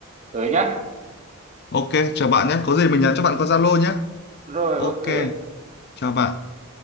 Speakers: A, on the right; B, on the left.
A: tới nhá.
B: ok chào bạn nhé có gì mình nhắn cho bạn qua Zalo nhé
A: Rồi
B: Ok,
A: ok.
B: chào bạn.